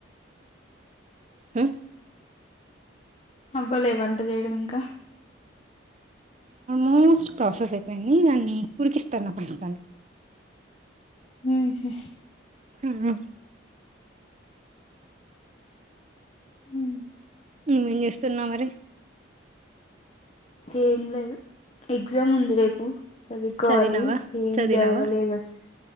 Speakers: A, on the right (about 35°); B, on the left (about 30°).
A: ఉ
B: అవ్వలే వంట చేయడం ఇంకా
A: మోస్ట్ ప్రాసెస్ అయితడి దనీ ఉడికిస్తున్న ప్రస్తుతానికి
B: ఉ హు
A: ఉ
B: ఉమ్,
A: నువ్వేం చేస్తున్నా మరి
B: ఏం లేదు ఎగ్జామ్ ఉంది రేపు చదువుకోవాలి
A: చదివినావా
B: ఏం
A: చదివినావా
B: చదవలేదు